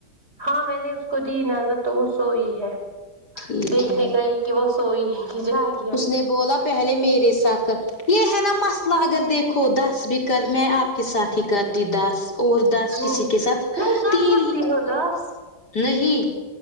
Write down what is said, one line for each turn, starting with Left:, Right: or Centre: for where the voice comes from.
Right: ہاں میں نے اس کو دی نظر تو وہ سوئی ہے
Left: ٹھیک
Right: دیکھنے
Left: ہے
Right: گئی کہ وہ سوئی ہے کہ جائے
Left: اس نے بولا پہلے میرے ساتھ یہ ہے نا مسئلہ اگر دیکھو دس بھی کر میں آپ کے ساتھ ہی کرتی دس اور دس
Right: ہاں
Left: کسی کے ساتھ
Right: نہیں کر
Left: تین
Right: سکتی
Left: ہی
Right: ہو دس
Left: نہیں